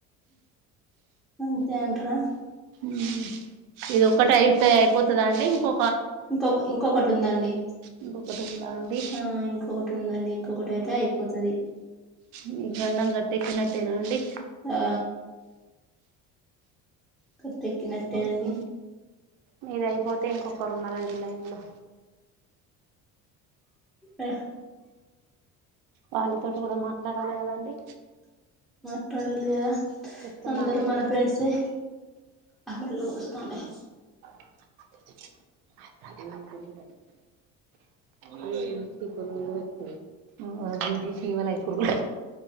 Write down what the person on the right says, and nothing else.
మ్ ఇదో ఒకటి అయితే అయిపోతద అండి ఇంకొ
ఇంకొకటి ఉందా అండి
మీ గండం గట్టేక్కినట్టేనా అండి
ఓకే
మీది అయిపోతే అయితే ఇంకొకరు ఉన్నారండి లైన్లో
వాళ్ళతోటి కూడా మాట్లాడాలి కదండి
తెస్తున్నారా
అండి
బియ్యం
<unintelligible> మ్ ఈ పురుగులు చూడు ఎట్లున్నాయ్ ఆ <unintelligible> చీమలే ఇప్పుడు కూడా <unintelligible>